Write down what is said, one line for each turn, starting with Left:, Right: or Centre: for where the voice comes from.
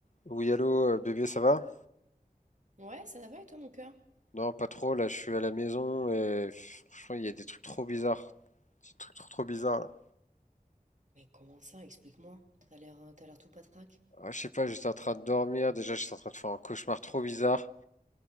Left: Oui, allô, euh, bébé, ça va?
Right: Ouais, ça va et toi, mon cœur?
Left: Non, pas trop, là, je suis à la maison et pff, franchement, il y a des trucs trop bizarres. Des trucs trop trop bizarres, là.
Right: Mais comment ça? Explique-moi. T'as l'air, euh, t'as l'air tout patraque.
Left: Ah, je sais pas, j'étais en train de dormir, déjà, j'étais en train de faire un cauchemar trop bizarre.